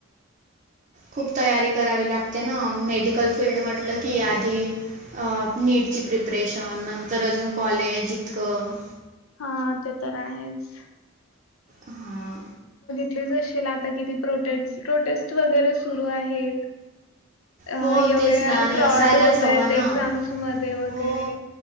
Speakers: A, on the right; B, on the left.
A: खूप तयारी करावी लागते ना, मेडिकल फील्ड म्हटलं की आधी नीटची प्रीपरेशन, नंतर अजून कॉलेज इतकं
B: हा ते तर आहेच.
A: हां
B: ेल आता किती प्रोटे प्रोटेस्ट वगैरे सुरू आहेत. अ
A: हो
B: एवढ्या
A: तेच ना आणि
B: फ्रॉड
A: असायलाच
B: आहेत
A: हवं ना
B: एक्झाम्समध्ये वगैरे.
A: हो